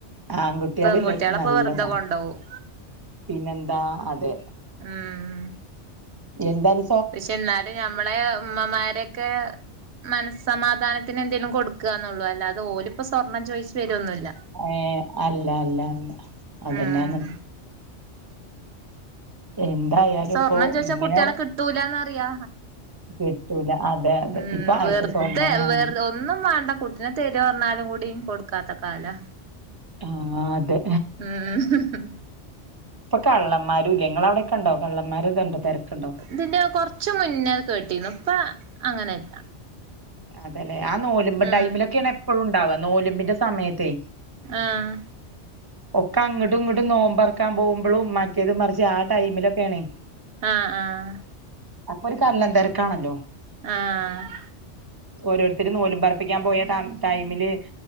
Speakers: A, on the right; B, on the right.
A: ആൺകുട്ടിയാള്
B: പെൺകുട്ടികളെപ്പൊ
A: ഇല്ലോർക്കും നല്ലതാണ്
B: വെറുതെ കൊണ്ടോവും
A: പിന്നെന്താ അതെ
B: ആഹ്
A: എന്താണ്
B: പക്ഷെ എന്നാലും ഞമ്മളെ ഉമ്മമാരൊക്കെ മനസ്സമാധാനത്തിന് എന്തെങ്കലും കൊടുക്കാന്നുള്ളൂ അല്ലാതെ ഓലിപ്പൊ സ്വർണ്ണം ചോദിച്ച് വെരുന്നുല്ല
A: ഏഹ അല്ല അല്ല അല്ല അതെന്നെയാണ്
B: ഉം
A: എന്തായാലും
B: സ്വർണം
A: ഇപ്പോ
B: ചോദിച്ചാൽ
A: ഇങ്ങനെ
B: കുട്ടികളെ കിട്ടൂലന്നറിയാ
A: കിട്ടൂല അതെ അതെ
B: ഉം
A: ഇപ്പൊ ആർക്കും
B: വെുതെ
A: സ്വർണം വേണം
B: വെ ഒന്നും വേണ്ട കുട്ടിനെ തെരോ പറഞ്ഞാലും കൂടി കൊടുക്കാത്ത കാലാ
A: ആഹ് അതെ
B: ഉം
A: ഇപ്പൊ കള്ളന്മാരും ഇല്ല നിങ്ങ അവിടൊക്കെ ഉണ്ടോ കള്ളന്മാർ ഇതുണ്ട് തിരക്കുണ്ടോ
B: ഇതിന്റെ കൊറച്ച് മുന്നേ കേട്ടിരുന്നു ഇപ്പ അങ്ങനെല്ല
A: അതല്ലെ ആ നോലുമ്പ്
B: ഉം
A: ഡൈമിലൊക്കെയാണ് എപ്പഴും ഉണ്ടാവുക നോലുമ്പിന്റെ സമയത്തേ
B: ആഹ്
A: ഒക്കെ അങ്ങട്ടും ഇങ്ങോട്ടും നോമ്പറക്കാൻ പോകുമ്പോളും മറ്റേത് മറിച്ച് ആ ടൈമിലൊക്കെയാണേ
B: ആഹ് ആഹ്
A: അപ്പൊ ഒരു കള്ളൻ തെരക്കാണല്ലോ
B: ആഹ്
A: ഓരോരുത്തരും നോലും പറപ്പിക്കാൻ പോയ ടൈമില്